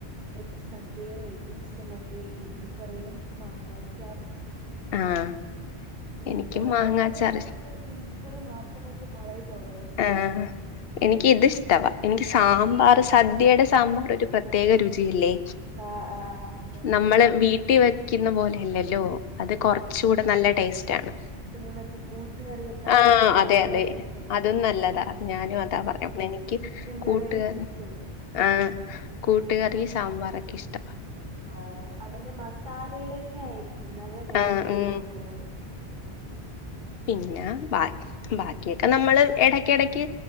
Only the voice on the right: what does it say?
എനിക്ക് സദ്യകള് ഏറ്റവും ഇഷ്ടം മറ്റേ ഇഞ്ചിക്കറിയും മാങ്ങാ ചാറും
ഇഞ്ചിക്കറിയൊക്കെ
ഉണ്ടെങ്കി നമുക്ക് ഇഞ്ചി റി മാത്രം വെച്ച് കുറേ ചോറ
ആഹ് ആഹ് ഉണ്ട്
അല്ല
പിന്നെ മറ്റേ കൂട്ട് കറിയൊക്കെ
മറ്റേ
നല്ല
ടേസ്റ്റാ
ചിക്കൻ
കറിയുടെ ടേസ്റ്റ് വരും
ആ അതിന്റെ മസാലയുടെയൊക്കെ ആയിരിക്കും നല്ല ടേസ്റ്റ്
ആണ്
കൂട്ടുകറി